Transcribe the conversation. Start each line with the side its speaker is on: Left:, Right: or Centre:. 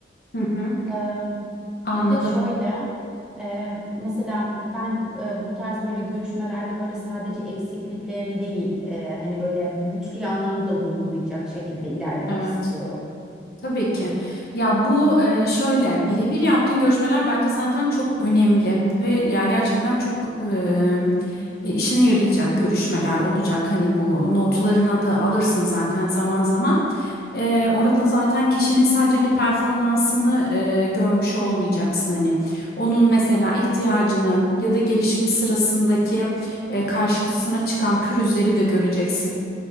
Left: hı.
Centre: Eee,
Left: Anladım.
Centre: bir de şöyle eee, mesela ben eee, bu tarz böyle görüşmelerde böyle sadece eksikliklerini değil eee, hani böyle güçlü yanlarını da vurgulayacak şekilde ilerlemek
Left: Evet.
Centre: istiyorum.
Left: Tabii ki. Ya bu e, şöyle birebir yaptığın görüşmeler bence zaten çok önemli ve ya gerçekten çok e, e, işine yarayacak görüşmeler olacak. Hani bu notlarına da alırsın zaten zaman zaman. E, orada zaten kişinin sadece hani performansını e, görmüş olmayacaksın hani. Onun mesela ihtiyacını ya da gelişimi sırasındaki e, karşısına çıkan pürüzleri de göreceksin.